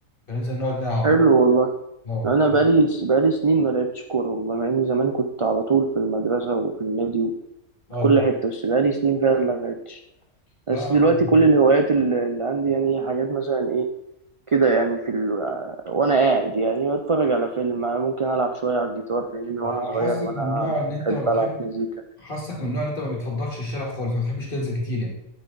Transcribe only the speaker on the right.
حلو
والله
انا بقالي بقالي سنين ما لعبتش كوره والله مع اني زمان كنت على طول في المدرسه وفي النادي وفي
كل حته بس بقالي سنين فعلا ما لعبتش
بس
دلوقتي
كل الهوايات اللي اللي عندي يعني حاجات مثلا ايه كده يعني في ال... وانا قاعد يعني بتفرج على فيلم ممكن العب شويه على الجيتار لان من وانا
صغير
وانا
بحب
العب مزيكا